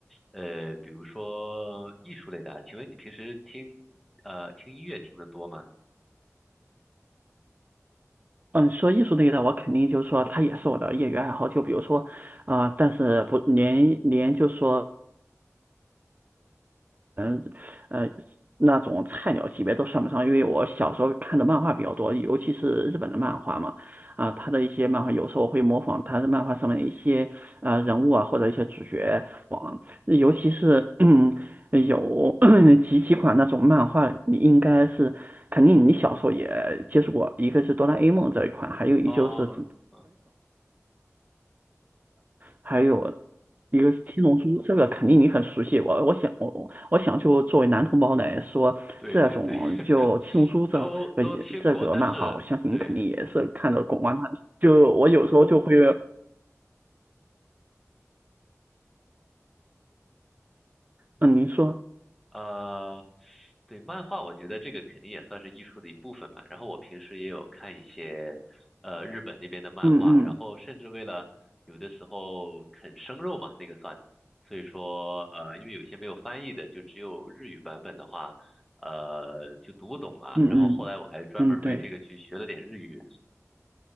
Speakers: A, in the centre; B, on the right.
A: 呃，比如说艺术类的啊？请问你平时听呃听音乐听得多吗？
B: 嗯，说艺术类的，我肯定就是说，它也是我的业余爱好。就比如说，啊、但是不连连就是说，嗯呃那种菜鸟级别都算不上，因为我小时候看的漫画比较多，尤其是日本的漫画嘛，啊，他的一些漫画有时候会模仿他的漫画上面一些啊人物啊或者一些主角网，尤其是嗯有 <clears throat> 几几款那种漫画，你应该是肯定你小时候也接触过，一个是哆啦 A 梦这一款，还有一就是
A: 哦哦哦，哦
B: 还有一个是七龙珠，这个肯定你很熟悉。我我想我我想就作为男同胞来说，
A: 对对对，
B: 这种就七龙珠这个
A: <laughs> 都都听过，
B: 这个漫画，
A: 但是对
B: 我相信你肯定也是看的滚瓜烂熟。就我有时候就会，嗯，您说，
A: 呃，对，漫画我觉得这个肯定也算是艺术的一部分嘛。然后我平时也有看一些呃日本那边的漫画，
B: 嗯嗯
A: 然后甚至为了有的时候啃生肉嘛，那个算，所以说呃，因为有一些没有翻译的，就只有日语版本的话，呃，就读不懂嘛。
B: 嗯嗯嗯，
A: 然后后来我还专门为这个去学了点日语，
B: 对，